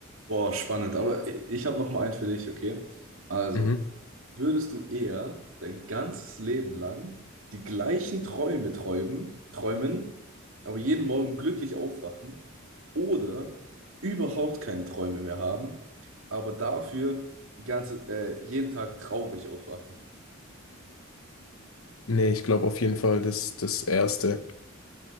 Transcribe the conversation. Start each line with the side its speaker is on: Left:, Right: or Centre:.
Right: Boah, spannend. Aber ich habe noch mal einen für dich, okay? Also,
Left: Mhm.
Right: würdest du eher dein ganzes Leben lang die gleichen Träume träumen, träumen, aber jeden Morgen glücklich aufwachen oder überhaupt keine Träume mehr haben, aber dafür die ganze, äh, jeden Tag traurig aufwachen?
Left: Nee, ich glaube auf jeden Fall das, das Erste.